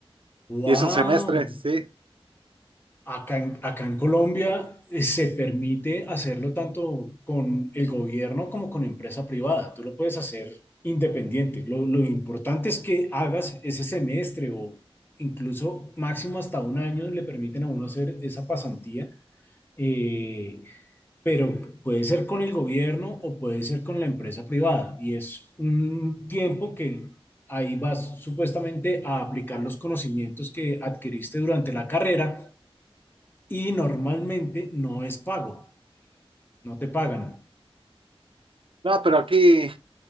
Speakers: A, on the left; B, on the right.
A: Wow.
B: Y es un semestre, sí.
A: Acá en, acá en Colombia eh, se permite hacerlo tanto con el gobierno como con empresa privada. Tú lo puedes hacer independiente. Lo, lo importante es que hagas ese semestre o incluso máximo hasta un año le permiten a uno hacer esa pasantía. eh, pero puede ser con el gobierno o puede ser con la empresa privada. Y es un tiempo que ahí vas supuestamente a aplicar los conocimientos que adquiriste durante la carrera y normalmente no es pago, no te pagan.
B: No, pero aquí